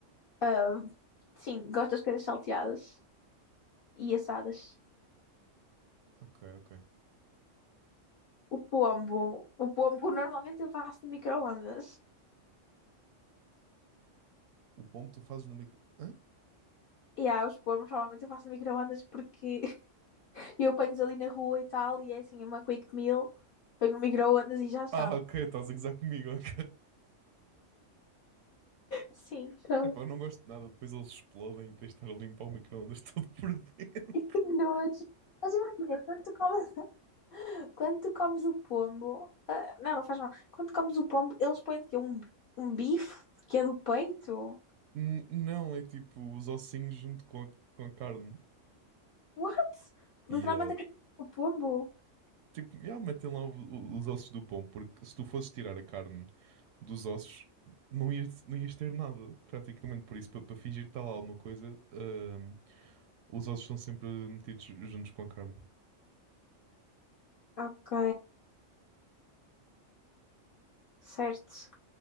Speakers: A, on the left; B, on the right.
A: Ahm, sim, gosto das coisas salteadas e assadas.
B: Ok, ok.
A: O pombo, o pombo normalmente eu faço no micro-ondas.
B: O pombo tu fazes no micro. Hã?
A: E há os pombos normalmente eu faço no micro-ondas porque E eu ponho ali na rua e tal, e é assim, uma quick meal, ponho no micro-ondas e já está.
B: Ah, ok, estás a gozar comigo, ok.
A: Sim.
B: <laughs>
A: Então,
B: Epá, eu não gosto de nada, depois eles explodem e tens de estar a limpar o micro-ondas <laughs> todo por dentro.
A: <laughs> Nojo. Mas imagina, quando tu comes, quando tu comes o pombo, ah, não, não faz mal. Quando comes o pombo, eles põem que um, um bife que é do peito.
B: N- Não, é tipo os ossinhos junto com a, com a carne.
A: What?
B: E
A: Literalmente
B: eh,
A: a cabeça pombo.
B: tipo, já metem lá o- o- os ossos do pão porque se tu fosses tirar a carne dos ossos, não ias, não ias ter nada, praticamente. Por isso, para fingir que está lá alguma coisa, hum, Os ossos são sempre metidos juntos com a carne.
A: Ok, certo.